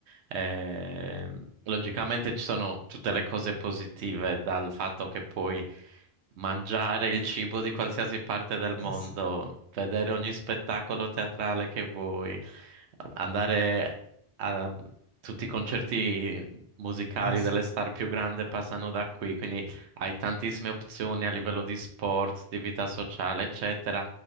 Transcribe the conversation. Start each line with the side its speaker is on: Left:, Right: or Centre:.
Right: eh, logicamente ci sono tutte le cose positive dal fatto che puoi mangiare il cibo di qualsiasi parte del
Left: Eh,
Right: mondo,
Left: sì,
Right: vedere ogni spettacolo teatrale che vuoi, andare a tutti i concerti musicali
Left: eh, sì.
Right: delle star più grandi passano da qui, quindi hai tantissime opzioni a livello di sport, di vita sociale, eccetera.